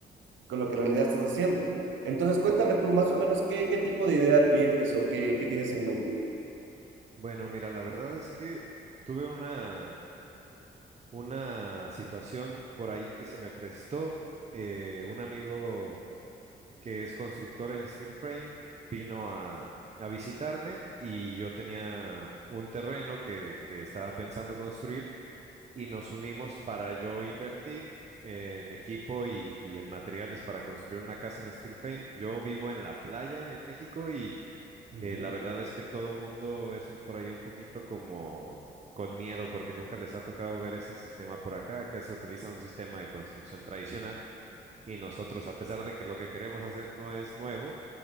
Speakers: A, on the right (about 75°); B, on the right (about 35°).
A: con lo que en realidad estás haciendo. Entonces, cuéntame tú más o menos qué, qué tipo de idea tienes o qué, qué tienes en mente.
B: Bueno, mira, la verdad es que tuve una, una situación por ahí que se me prestó. Eh, un amigo que es constructor en steel frame vino a, a visitarme y yo tenía un terreno que, que estaba pensando construir y nos unimos para yo invertir en equipo y, y en materiales para construir una casa en steel frame. Yo vivo en la playa en México y...
A: Ujú.
B: eh, la verdad es que todo mundo es un- por ahí un poquito como con miedo porque nunca les ha tocado ver ese sistema por acá. Acá se utiliza un sistema de construcción tradicional y nosotros, a pesar de que lo que queremos hacer no es nuevo,